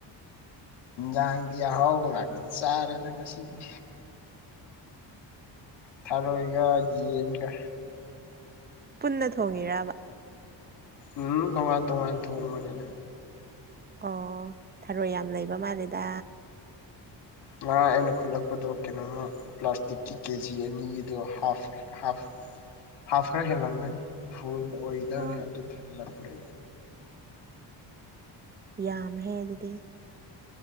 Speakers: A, on the left; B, on the right.
A: ꯖꯥꯡꯗꯤꯌꯥ ꯍꯥꯎ ꯉꯥꯛꯇ ꯆꯥꯔꯦꯗ ꯉꯁꯤꯗꯤ ꯊꯥꯔꯣꯏꯒ ꯌꯦꯟꯒ
B: ꯄꯨꯟꯅ ꯊꯣꯡꯉꯤꯔꯕ
A: ꯎꯝ ꯇꯣꯉꯥꯟ ꯇꯣꯉꯥꯟ ꯊꯣꯡꯕꯅꯤꯅ
B: ꯑꯣ ꯊꯔꯣꯏ ꯌꯥꯝ ꯂꯩꯕ ꯃꯥꯜꯂꯦꯗ
A: ꯉꯔꯥꯡ ꯑꯩꯅ ꯈꯨꯜꯂꯛꯄꯗꯣ ꯀꯩꯅꯣꯝꯃ ꯄ꯭ꯂꯥꯁꯇꯤꯛꯀꯤ ꯀꯦꯖꯤ ꯑꯅꯤꯒꯤꯗꯣ ꯍꯥꯐ ꯍꯥꯐ ꯍꯥꯐ ꯈꯔ ꯍꯦꯜꯂꯝꯒꯅꯤ ꯐꯨꯜ ꯑꯣꯏꯗꯧꯔꯦ
B: ꯋꯥ
A: ꯑꯗꯨ ꯊꯜꯂꯄ꯭ꯔꯦ
B: ꯌꯥꯝꯍꯦ ꯑꯗꯨꯗꯤ